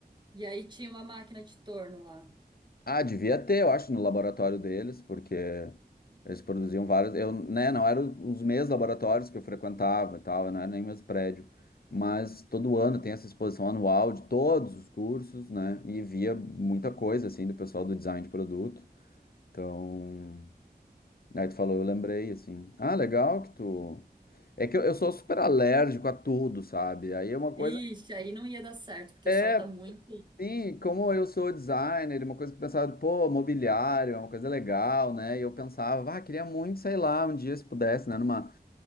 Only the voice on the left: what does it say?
Ah, devia ter, eu acho, no laboratório deles, porque eles produziam vários. Eu, né, não eram os mesmos laboratórios que eu frequentava e tal, não era nem o mesmo prédio. Mas todo ano tem essa exposição anual de todos os cursos, né? E via muita coisa, assim, do pessoal do design de produto. Então, aí tu falou, eu lembrei, assim. Ah, legal que tu. É que eu, eu sou super alérgico a tudo, sabe? Aí é uma coisa.
É,
Sim, como eu sou designer, uma coisa que eu pensava, pô, mobiliário, é uma coisa legal, né? E eu pensava, ah, queria muito, sei lá, um dia se pudesse, né, numa,